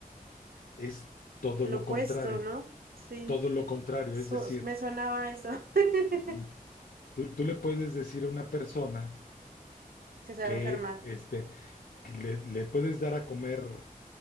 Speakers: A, on the left (about 80°); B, on the right (about 85°).
A: es todo
B: Lo
A: lo contrario,
B: opuesto, ¿no? Sí,
A: todo lo contrario,
B: Su-
A: es decir,
B: me sonaba eso, <laughs>
A: ujú, tú, tú le puedes decir a una persona
B: que se
A: que,
B: va a enfermar.
A: este, que le le puedes dar a comer.